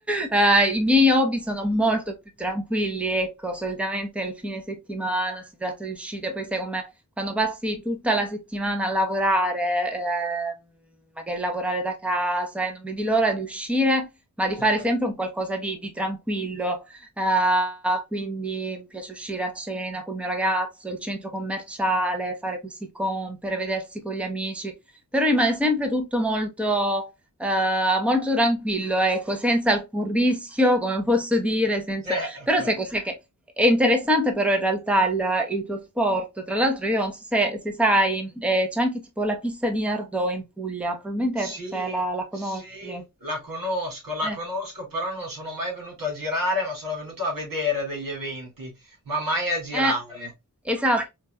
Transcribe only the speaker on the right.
Certo,
certo.
Sì,
sì,
la conosco, la
conosco, però non sono mai venuto a girare, ma sono venuto a vedere degli eventi, ma mai a girare.